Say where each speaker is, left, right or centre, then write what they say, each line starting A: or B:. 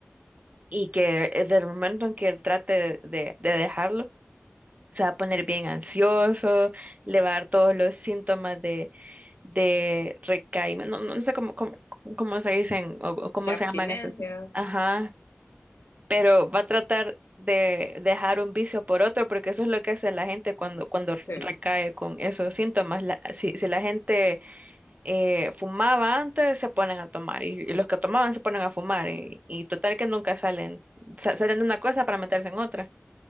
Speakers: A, on the right; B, on the left.
A: y que eh, del momento en que él trate de, de dejarlo, se va a poner bien ansioso, le va a dar todos los síntomas de, de recaimiento. No, no sé cómo, cómo, cómo se dicen o, o cómo
B: de abstinencia.
A: se llaman esos. sí. Ajá, pero va a tratar de dejar un vicio por otro, porque eso es lo que hace la gente cuando, cuando
B: Sí,
A: recae con esos síntomas. La- si, si la gente eh, fumaba antes, se ponen a tomar, y, y los que tomaban se ponen a fumar, y, y total que nunca salen, sa- salen de una cosa para meterse en otra.